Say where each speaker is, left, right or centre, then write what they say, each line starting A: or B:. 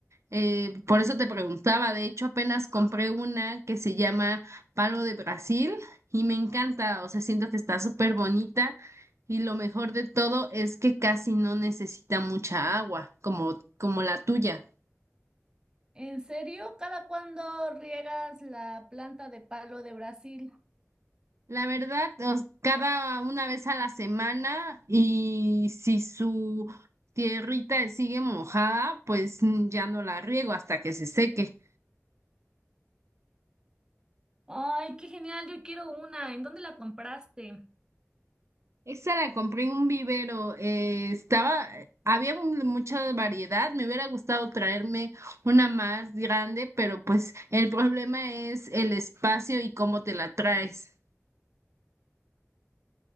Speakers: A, on the right (about 60°); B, on the right (about 15°).
A: eh, por eso te preguntaba, de hecho apenas compré una que se llama Palo de Brasil y me encanta, o sea, siento que está súper bonita y lo mejor de todo es que casi no necesita mucha agua como, como la tuya.
B: ¿En serio? ¿Cada cuándo riegas la planta de palo de Brasil?
A: La verdad, os- cada una vez a la semana y si su tierrita sigue mojada, pues mm, ya no la riego hasta que se seque.
B: Ay, qué genial, yo quiero una. ¿En dónde la compraste?
A: Esa la compré en un vivero, eh, estaba, eh, había mu- mucha variedad, me hubiera gustado traerme una más grande, pero pues el problema es el espacio y cómo te la traes.